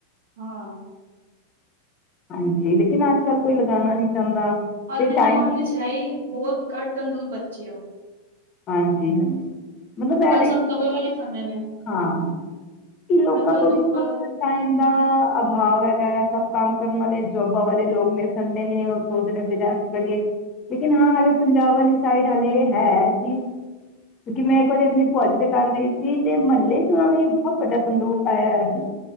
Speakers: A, on the right; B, on the left.
A: ਹਾਂ
B: ਹਾਂਜੀ ਲੇਕਿਨ ਅੱਜ ਕੱਲ ਕੋਈ ਲਗਾਉਣਾ ਨਹੀਂੀ ਚਾਹੁੰਦਾ ਅਤੇ
A: ਅੱਜ
B: ਟਾਈਮ
A: ਜਮੇ
B: ਵੀ ਨਹੀਂ
A: ਸ਼ਾਹੀ
B: ਹੈ
A: ਬਹੁਤ ਘੱਟ ਤੰਦੂਰ ਬੱਚੀ ੱ
B: ਹਾਂਜੀ ਹਾਂਜੀ ਮਤਲਬ ਐਵੇਂ
A: ਸਭ
B: ਕਿ
A: ਤਵੇ ਵਾਲੀ ਖਾਂਦੇ ਨੇ
B: ਹਾਂ ਕਿ ਲੋਕਾਂ
A: ਕ ਤੰਦੂਰ
B: ਕੋਲ ਇਸਨਾ
A: ਵੱਲ
B: ਟਾਈਮ ਦਾ ਅਭਾਵ ਵਗੈਰਾ ਸਭ ਕੰਮ ਕਰਨ ਵਾਲੇ ਜੋਬਾਂ ਵਾਲੇ ਲੋਕ ਨੇ ਦੇ ਨੇ ਸੋਚਦੇ ਕਰੀਏ ਲੇਕਿਨ ਹਾਂ ਹਾਲੇ ਪੰਜਾਬ ਵਾਲੀ ਸਾਈਡ ਹਾਲੇ ਹੈ ਕਿਉਂਕਿ ਮੈਂ ਇੱਕ ਵਾਰੀ ਆਪਣੀ ਭੂਆਜੀੀ ਦੇ ਘ ਗਈ ਸੀ ਤੇ ਮਹੱਲੇ ਚ ਉਹਨਾਂ ਨੂੰ ਬਹੁਤ ਵੱਡਾ ਤੰਦੋਸ ਆਇਆ ਹੋਇਆ ਸੀ